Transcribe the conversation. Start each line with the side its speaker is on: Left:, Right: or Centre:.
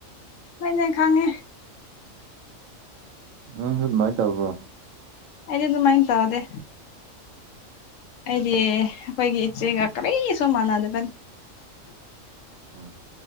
Left: ꯍꯣꯏꯅ ꯈꯪꯉꯦ
Right: ꯎꯪꯁꯨ ꯑꯗꯨꯃꯥꯏꯅ ꯇꯧꯕ꯭ꯔꯣ
Left: ꯑꯩꯗꯤ ꯑꯗꯨꯃꯥꯏꯅ ꯇꯧꯔꯗꯦ ꯑꯩꯗꯤ
Right: ꯎꯝ
Left: ꯑꯩꯈꯣꯏꯒꯤ ꯏꯆꯦꯒ ꯀꯔꯤꯁꯨ ꯃꯥꯟꯅꯗꯕꯅꯤ
Right: ꯎꯝ